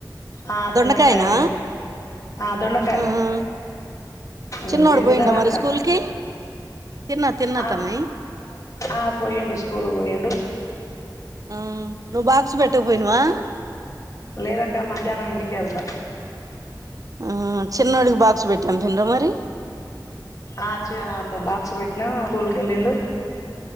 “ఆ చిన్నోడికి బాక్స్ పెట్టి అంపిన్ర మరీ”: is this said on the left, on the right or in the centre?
Right